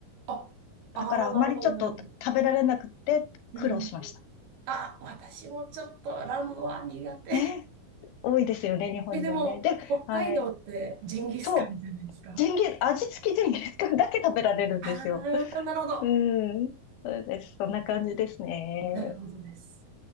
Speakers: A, on the right; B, on the left.
A: あ、ああー、
B: だからあまりちょっと食べられなくて苦労しました。
A: なるほど、なるほど。うん。あ、私もちょっとラムは苦手。
B: ね。多いですよね、日本人はね。
A: え、でも、
B: で、
A: 北海道ってジンギスカンじゃないですか
B: はい。そう。ジンギス、味付きジンギスカンだけ食べられるんですよ。
A: ああー、なるほど。
B: うん。そうです。そんな感じですね。
A: なるほどです。